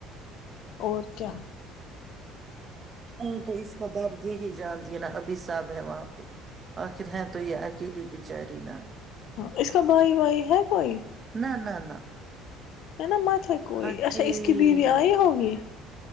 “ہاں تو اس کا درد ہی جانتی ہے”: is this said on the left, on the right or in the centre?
Right